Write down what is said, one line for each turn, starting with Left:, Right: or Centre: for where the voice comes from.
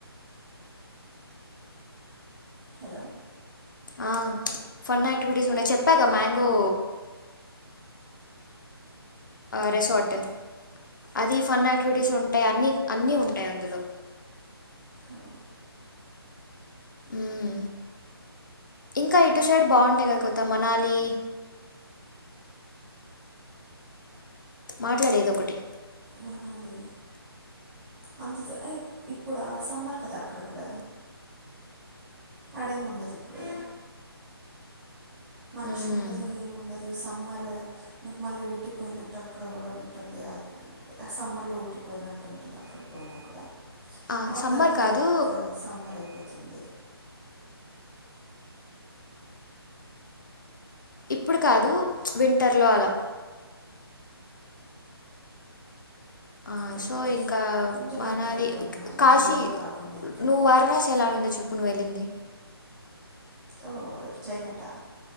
Centre: హలొ
Left: ఆ ఫన్ యాక్టివిటీస్ ఉన్నయ్ చెప్పాగా మ్యాంగో ఆ
Centre: మ్మ్,
Left: రిసార్ట్
Centre: మ్మ్, మ్మ్.
Left: అది ఫన్ యాక్టివిటీస్ ఉంటయి అన్ని అన్ని ఉంటయి అందులో
Centre: హలో.
Left: ఉమ్ ఇంకా ఇటు సైడ్ బావుంటయి గద కత మనాలి మాట్లాడేదో ఒకటి
Centre: మనాలి అంత దు ఇ ఇప్పుడా సమ్మర్ కదా అక్కడ కూడా అడేముండదు ఇప్పుడు మంచిగుండదు
Left: మ్మ్.
Centre: ఏం ఉండదు సమ్మర్ నిక్ మళ్ళీ ఊటి పోయినట్టు అక్కడ గూడా ఉంటుంది గ సమ్మర్ లో ఊటి పోయినట్టు ఉంటుంది అక్కడ పోయినా కూడా
Left: ఆ,
Centre: నార్త్
Left: సమ్మర్
Centre: అంతా
Left: కాదు
Centre: ఇంక సమ్మర్ అయిపోతుంది
Left: ఇప్పుడు కాదు వింటర్ లో అలా ఆ
Centre: వింటర్
Left: సో ఇంకా
Centre: వింటర్
Left: మనాలి
Centre: అంటే ఇంకా
Left: క్
Centre: మళ్ళీ
Left: కాశీ
Centre: జూన్లో కాకుండా ఇంకా
Left: నువ్వు వారణాసీ ఎలా ఉనిందొ చెప్పు నువెళ్ళింది
Centre: ఓహ్ క్లైమేట్ ఆ